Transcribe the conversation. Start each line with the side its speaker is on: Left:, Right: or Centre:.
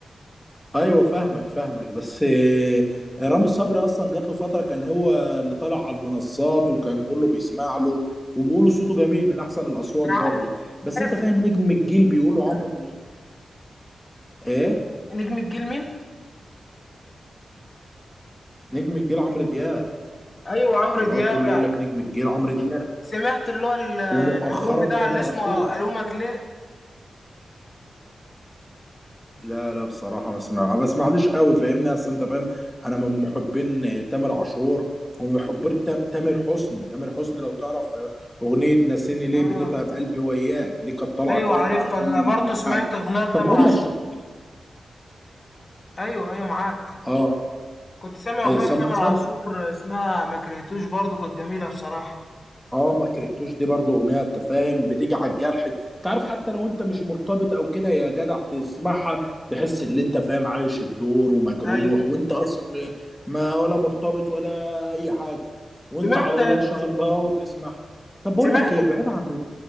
Centre: ايوه فاهمك فاهمك بس آه، رامي صبري اصلا جات له فتره كان هو اللي طالع على المنصات وكان كله بيسمع له وبيقولوا صوته جميل من احسن الاصوات
Left: انا
Centre: برضه بس
Left: عارف
Centre: انت فاهم نجم الجيل بيقولوا عمرو دياب ايه
Left: نجم الجيل مين
Centre: نجم الجيل عمرو دياب
Left: ايوه عمرو
Centre: يعني هو
Left: دياب
Centre: كله يقول لك نجم الجيل عمرو دياب
Left: سمعت اللي هو ال- الالبوم
Centre: ومؤخرا
Left: بتاع
Centre: تامر
Left: اللي اسمه
Centre: عاشور
Left: الومك ليه
Centre: لا لا بصراحة ما سمع ما بسمعلوش قوي فاهمني اصل انت فاهم انا من محبين تامر عاشور ومن محبين تا- تامر حسني تامر حسني لو تعرف اغنية ناسيني ليه
Left: اه
Centre: بتتعب قلبي وياك دي كانت طالعة
Left: ايوه
Centre: ترند
Left: عارف
Centre: على كل
Left: انا برضو سمعت
Centre: حاجة
Left: اغنيه لتامر
Centre: طب بقول
Left: عاشور
Centre: لك
Left: كده.
Centre: إيه؟
Left: ايوه ايوه معاك
Centre: اه
Left: كنت سامع اغنيه
Centre: إيه، سامع
Left: لتامر
Centre: سامع
Left: عاشور اسمها ما كرهتوش برضو كانت جميله بصراحه
Centre: اه ما كرهتوش دي برضو اغنيه انت فاهم بتيجي على الجرح انت عارف حتى لو انت مش مرتبط او كده يا جدع تسمعها تحس ان انت فاهم عايش الدور ومجروح
Left: ايوه
Centre: وانت اصلا م- ما ولا مرتبط ولا اي حاجه وانت
Left: سمعت
Centre: على الله ان شاء الله وتسمع طب بقول
Left: سمعت
Centre: لك ايه بعيد عن